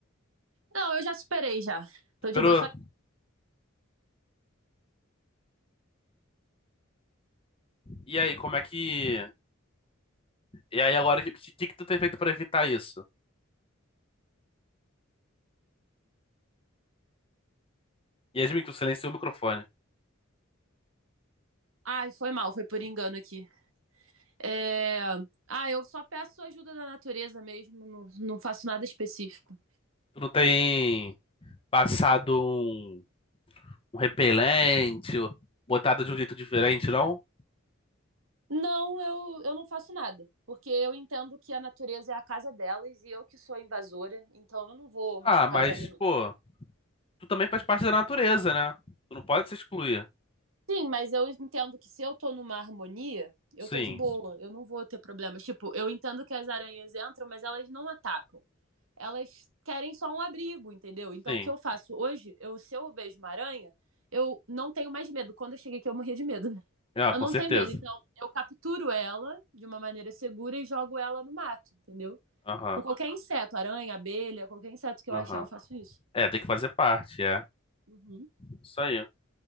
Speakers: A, on the right; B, on the left.
A: Não, eu já superei já. Tô
B: Pero,
A: de boa. Só...
B: e aí, como é que. E aí agora, o que, que, que tu tem feito pra evitar isso? Yasmin, tu silenciou o microfone.
A: Ai, foi mal, foi por engano aqui. É... Ah, eu só peço ajuda da natureza mesmo, não, não faço nada específico.
B: Tu não tem passado um, um repelente, ou botado de um jeito diferente, não?
A: Não, eu, eu não faço nada, porque eu entendo que a natureza é a casa delas e eu que sou a invasora, então eu não vou
B: Ah,
A: machucar
B: mas,
A: os animais.
B: pô, tu também faz parte da natureza, né? Tu não pode se excluir.
A: Sim, mas eu entendo que se eu tô numa harmonia, eu
B: Sim,
A: tô de boa, eu não vou ter problemas. Tipo, eu entendo que as aranhas entram, mas elas não atacam. Elas querem só um abrigo, entendeu? Então,
B: sim.
A: o que eu faço hoje, eu, se eu vejo uma aranha, eu não tenho mais medo. Quando eu cheguei aqui, eu morria de medo.
B: Ah,
A: Eu
B: com
A: não
B: certeza.
A: tenho medo. Então, eu capturo ela de uma maneira segura e jogo ela no mato, entendeu?
B: Aham,
A: Com qualquer inseto, aranha, abelha, qualquer inseto que eu
B: aham.
A: achar, eu faço isso.
B: É, tem que fazer parte, é.
A: Uhum.
B: Isso aí.